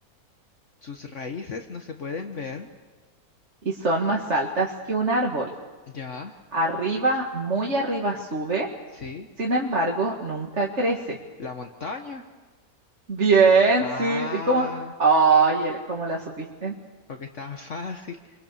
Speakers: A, on the left; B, on the right.
A: Sus raíces no se pueden ver.
B: Y son más altas que un árbol.
A: Ya,
B: Arriba, muy arriba sube,
A: sí.
B: sin embargo, nunca crece.
A: La montaña.
B: Bien,
A: Ah,
B: sí. ¿Y cómo? Ay, el- ¿cómo la supiste?
A: porque estaba <laughs> fácil.